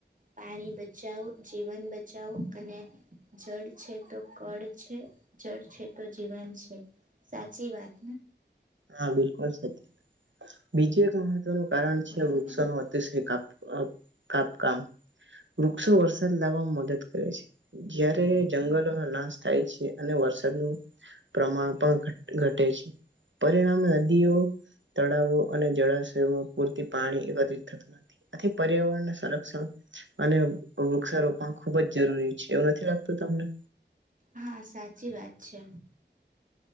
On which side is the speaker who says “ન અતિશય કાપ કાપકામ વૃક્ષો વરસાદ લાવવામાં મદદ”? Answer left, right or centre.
Right